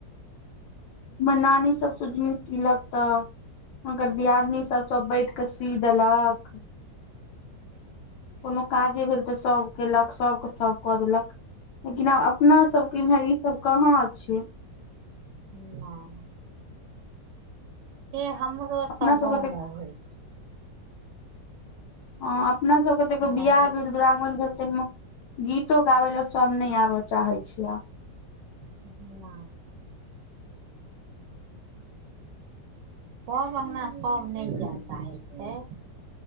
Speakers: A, on the left; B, on the right.
A: हमर नानी सब सुजनी सिलक त ओकर दियादनी सब सब बैठके सी देलक। कोनो काजे भेल तऽ सभ केलक सभके सभ कऽ देलक। लेकिन आब अपना सबके इमहर ईसभ कहाँ छैय।
B: ह से हमरो
A: अपना
B: सब
A: सबके
B: गाँव
A: तऽ
B: मे होइ
A: ह अपना सबके
B: छै
A: त एगो बियाह
B: दहेज
A: भेल दुवरागमन भेल त गीतो गाबे ला सब नहि आबऽ चाहय छियै आब।
B: हँ सब अङ्गना सब नहि जाय चाहै छैय।